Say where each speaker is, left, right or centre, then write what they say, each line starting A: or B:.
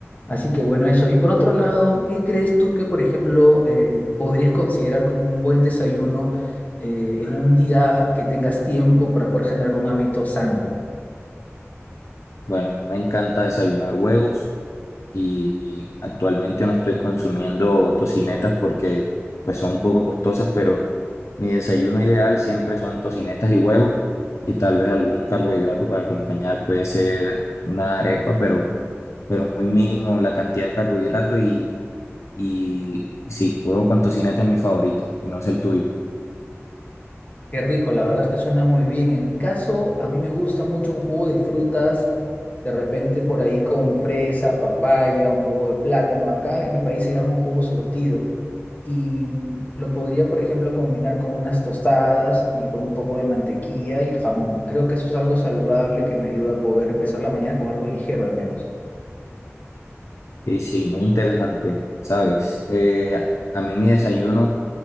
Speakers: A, on the left (about 35°); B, on the left (about 75°).
A: Así que bueno, eso. Y por otro lado, ¿qué crees tú que, por ejemplo, eh, podrías considerar como un buen desayuno eh, en un día que tengas tiempo para poder generar un hábito sano?
B: bueno, a mí me encanta desayunar huevos y actualmente no estoy consumiendo tocinetas porque pues son un poco costosas, pero mi desayuno ideal siempre son tocinetas y huevo y tal vez algún carbohidrato para acompañar, puede ser una arepa, pero, pero muy mínimo la cantidad de carbohidrato y, y sí, huevo con tocineta es mi favorito y no es el tuyo.
A: Qué rico, la verdad es que suena muy bien. En mi caso, a mí me gusta mucho un jugo de frutas, de repente por ahí con fresa, papaya, un poco de plátano. Acá en mi país se llama un jugo surtido y mm, lo podría, por ejemplo, combinar con unas tostadas y con un poco de mantequilla y jamón. Creo que eso es algo saludable que me ayuda a poder empezar la mañana con algo ligero al menos.
B: Y sí, muy interesante, ¿sabes? Eh, a mí mi desayuno...